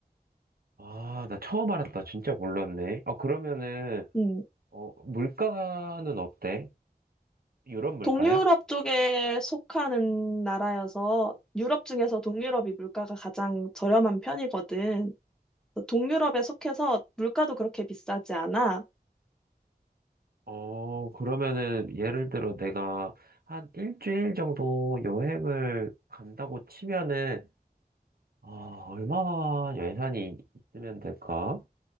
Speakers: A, on the right (about 65°); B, in the centre.
A: 아, 나 처음 알았다. 진짜 몰랐네. 아, 그러면은,
B: 음.
A: 어, 물가는 어때? 유럽 물가야?
B: 동유럽 쪽에 속하는 나라여서 유럽 중에서 동유럽이 물가가 가장 저렴한 편이거든. 그래서 동유럽에 속해서 물가도 그렇게 비싸지 않아.
A: 어, 그러면은, 예를 들어 내가 한 일주일 정도 여행을 간다고 치면은, 아, 얼마 예산이 있으면 될까?